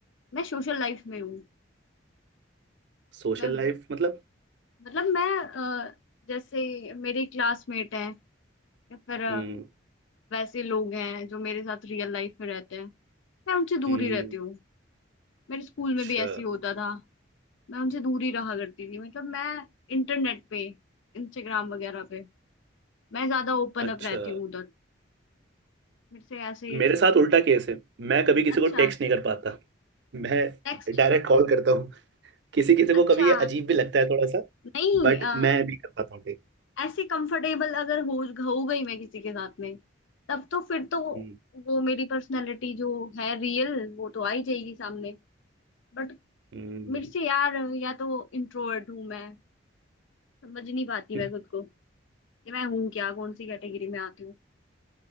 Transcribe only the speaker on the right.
सोशल
लाइफ
मतलब
हम्म
हम्म
अच्छा
अच्छा
मेरे साथ उल्टा केस है मैं कभी किसी
को टेक्स्ट नहीं कर पाता मैं
डायरेक्ट कॉल करता हूँ किसी किसी को
कभी ये अजीब भी लगता है थोड़ा सा
बट
मैं भी कर पाता हूँ text।
हम्म
हम्म,
<laughs> हम्म,